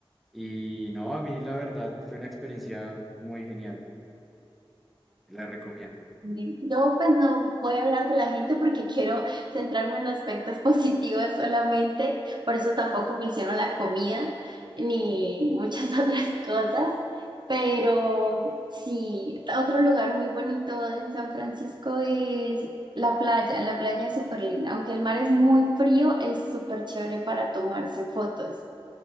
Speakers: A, in the centre; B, on the right.
A: y no, a mí la verdad fue una experiencia muy genial, la recomiendo. <laughs>
B: Sí, Yo pues no voy a hablar de la gente porque <laughs> quiero centrarme en aspectos <laughs> positivos solamente, por eso tampoco menciono la comida ni muchas <laughs> otras cosas, pero sí, otro lugar muy bonito en San Francisco es la playa, la playa es súper linda, aunque el mar es muy frío, es súper chévere para tomarse fotos.